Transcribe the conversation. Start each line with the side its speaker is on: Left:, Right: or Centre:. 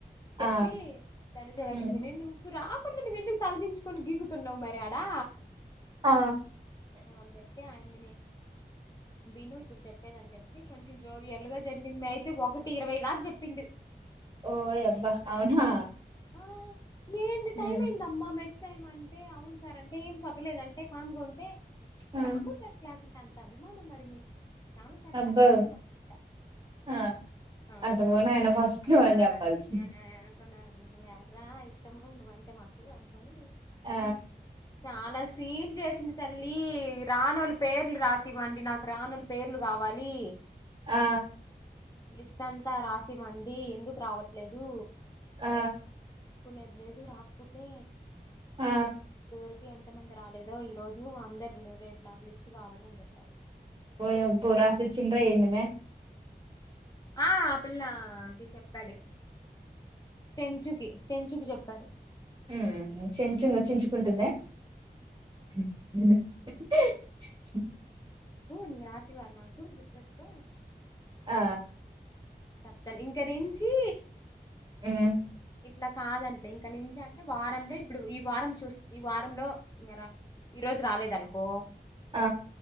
Left: చెప్పి
Right: ఆ
Left: ధనజ లక్ష్మిని
Right: హ్మ్
Left: నువ్వు రాక్ నువ్వెందుకు తలదించుకని గికు తున్నావు మరి ఆడా
Right: ఆ!
Left: అనీ చెప్పి అయి విను ఇప్పుడు చెప్పేదని చెప్పి కొంచెం జోవియల్గా జరిగింది. అయితే ఒకటి ఇరవై దాకా చెప్పిండు.
Right: ఓయ అబ్బా అవునా
Left: ఆ ఏంటి
Right: హ్మ్
Left: టైం అయిందమ్మా మెస్ టైమ్ అంటే అవును సార్ అంటే ఏం చెప్పలేదంటే కామ్గా ఉంటే
Right: ఆ!
Left: రాము సార్ క్లాస్ ఏ అంత అభిమానం మరి మీకు రాము సారంట
Right: అబ్బో
Left: అంత ఇష్టమా అంత
Right: ఆ
Left: అ <unintelligible>
Right: అటు పో నాయనా ఫస్ట్ నువ్వని చెప్పాల్సింది
Left: ప్ప <unintelligible> నువ్ ఎట్రా ఇష్టము నువ్వంటే మాకు అనుకోని
Right: ఆ
Left: చాలా సీన్ చేసింది, తల్లి రాణలు పేర్లు రాసివ్వండి. నాకు రాణల పేర్లు కావాలి.
Right: ఆ
Left: లిస్ట్ అంతా రాసివండి ఎందుకు రావట్లేదు.
Right: ఆ
Left: కునేది లేదు రాకపోతే
Right: ఆ
Left: వరికు ఎంతమంది రాలేదో, ఈ రోజు అందరు రేపు నాకు లిస్ట్ కావాలి అని చెప్పారు.
Right: ఓయ్ ఒబ్బు రాసి చింద ఎందమే
Left: ఆ అ పిల్ల చెప్పాడు చెంచుకి చెంచుకు చెప్పాడు.
Right: ఊ చెంచు ఇగ చెంచుకుంటుంద <unintelligible>
Left: నువ్వు రాసివ్వాలి నాకు గుర్తుపెట్టుకో.
Right: ఆ
Left: చెప్తాను ఇంకా నుంచి
Right: హు
Left: ఇట్లా కాదట్లే ఇంకా నుంచి అంటే వారంలో ఇప్పుడు ఈ వారం చూ ఈ వారంలో ఇ ఈ రోజు రాలేదు అనుకో.
Right: ఆ